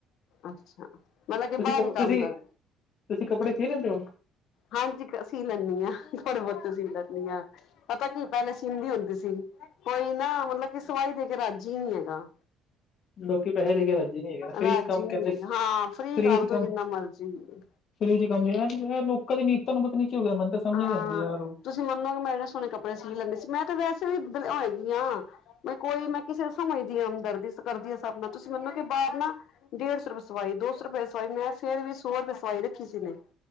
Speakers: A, on the left; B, on the left.
A: ਅੱਛਾ ਮਤਲਬ ਕੇ
B: ਤੁਸੀਂ
A: ਬਾਹਰ
B: ਕ
A: ਹੀ
B: ਤੁਸੀਂ
A: ਕੰਮ ਕਰ
B: ਤੁਸੀਂ ਕੱਪੜੇ ਸੀ ਲੈਂਦੇ ਔ
A: ਹਾਂਜੀ ਸੀ ਲੈਂਨੀ ਆ ਥੋੜੇ ਬਹੁਤੇ ਸੀ ਲੈਂਨੀ ਆ ਪਤਾ ਕੀ ਪਹਿਲੇ ਸੀੰਦੀ ਹੁੰਦੀ ਸੀ ਕੋਈ ਨਾ ਮਤਲਬ ਕਿ ਸਵਾਈ ਦੇ ਕੇ ਰਾੱਜੀ ਹੀ ਨਹੀਂ ਹੈਗਾ
B: ਲੋਕੀ ਪੈਹੇ ਦੇ ਕੇ ਰਾੱਜ਼ੀ ਨਹੀਂ ਹੈਗੇ ਫਰੀ
A: ਰਾਜੀ
B: ਚ ਕੰਮ
A: ਨੀ
B: ਕਹਿੰਦੇ
A: ਹੈਗਾ ਹਾਂ ਫ੍ਰਰੀ
B: ਫਰੀ
A: ਕਰਦੋ
B: ਚ ਕੰਮ
A: ਜਿੰਨਾ ਮਰਜ਼ੀ।
B: ਫਰੀ ਚ ਕਮ ਯਾਰ ਲੋਕਾਂ ਦੀ ਨੀਤਾਂ ਨੂੰ ਪਤਾ ਨੀ ਕੀ ਹੋ ਗਆ ਮਨੂੰ ਤਾਂ ਸਮਝ
A: ਹਾਂ
B: ਨੀ ਆਉਂਦੀ ਯਾਰ ਉਹ
A: ਤੁਸੀਂ ਮੈਂ ਏਨੇ ਸੋਹਣੇ ਕੱਪੜੇ ਸੀ ਲੈਂਦੀ ਸੀ ਮੈਂ ਤਾਂ ਵੈਸੇ ਵੀ ਹੋਏਗੀ ਹਾਂ ਨੀ ਮੈਂ ਕੋਈ ਮੈਂ ਕਿਸੇ ਸਮਝ ਦੀਆ ਹਮਦਰਦੀ ਕਰਦੀ ਹਾ ਸਬ ਨਾਲ ਤੁਸੀਂ ਮੈਨੋ ਕਿ ਬਾਹਰ ਨਾ ਡੇਢ ਸੌ ਰੁਪਏ ਸਵਾਈ ਦੋ ਸੌ ਰੁਪਏ ਸਵਾਈ ਮੈਂ ਫਿਰ ਵੀ ਸੌ ਰੁਪਏ ਸਵਾਈ ਰੱਖੀ ਸੀ ਨੇ